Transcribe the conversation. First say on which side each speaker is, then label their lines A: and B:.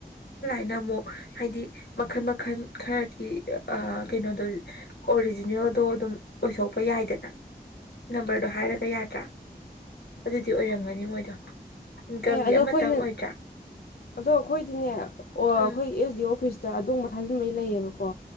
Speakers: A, on the left; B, on the left.
A: ꯅ ꯑꯃꯨꯛ ꯍꯥꯏꯗꯤ ꯃꯈꯜ ꯃꯈꯜ ꯈꯔꯗꯤ ꯑꯥ ꯀꯩꯅꯣꯗꯣ ꯑꯣꯔꯤꯒꯤꯅꯦꯜꯗꯣ ꯑꯗꯨꯝ ꯑꯣꯏꯊꯣꯛꯄ ꯌꯥꯏꯗꯅ ꯅꯝꯕꯔꯗꯣ ꯍꯥꯏꯔꯒ ꯌꯥꯔꯦ ꯇꯔꯥ ꯑꯗꯨꯗꯤ ꯑꯣꯏꯔꯝꯒꯅꯤ ꯃꯣꯏꯗ ꯏꯟꯀꯝꯗꯤ
B: ꯑꯦ ꯑꯗꯣ ꯑꯩꯈꯣꯏꯅ
A: ꯑꯃꯇꯪ ꯑꯣꯏꯗ꯭ꯔꯥ
B: ꯑꯗꯣ ꯑꯩꯈꯣꯏꯗꯤꯅꯦ ꯑꯣ
A: ꯎꯝ
B: ꯑꯩꯈꯣꯏ ꯑꯦꯁ ꯗꯤ ꯑꯣ ꯑꯣꯐꯤꯁꯇ ꯑꯗꯨꯝꯕ ꯊꯥꯖꯤꯟꯕꯒꯤ ꯂꯩꯌꯦꯕꯀꯣ